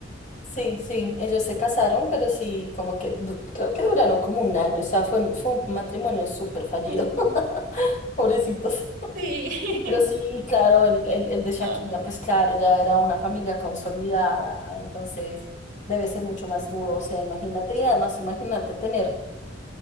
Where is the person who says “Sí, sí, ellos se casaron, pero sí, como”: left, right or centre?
Left